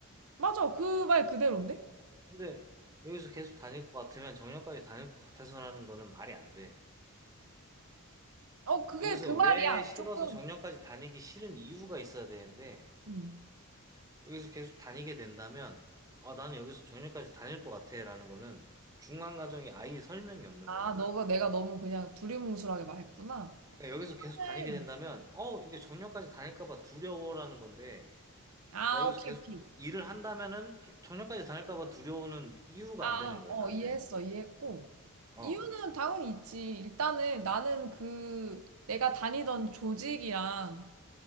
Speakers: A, on the right; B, on the right.
A: 맞아. 그 말 그대로인데?
B: 근데 여기서 계속 다닐 것 같으면 정년까지 다닐 것 같아서라는 거는 말이 안 돼.
A: 어, 그게
B: 여기서
A: 그 말이야.
B: 왜 싫어서
A: 조금.
B: 정년까지 다니기 싫은 이유가 있어야 되는데,
A: 음.
B: 여기서 계속 다니게 된다면, 아, 나는 여기서 정년까지 다닐 것 같아. 라는 거는 중간 과정이 아예 설명이 없는
A: 아,
B: 거야.
A: 너가 내가 너무 그냥 두리뭉술하게 말했구나.
B: 그러니까 여기서
A: 이유는,
B: 계속 다니게 된다면, 어, 이게 정년까지 다닐까 봐 두려워라는 건데,
A: 아,
B: 나 여기서
A: 오케이,
B: 계속
A: 오케이.
B: 일을 한다면은 개- 정년까지 다닐까 봐 두려우는 이유가
A: 아,
B: 안 되는 거야,
A: 어,
B: 나한테는.
A: 이해했어, 이해했고.
B: 어.
A: 이유는 당연히 있지. 일단은 나는 그, 내가 다니던 조직이랑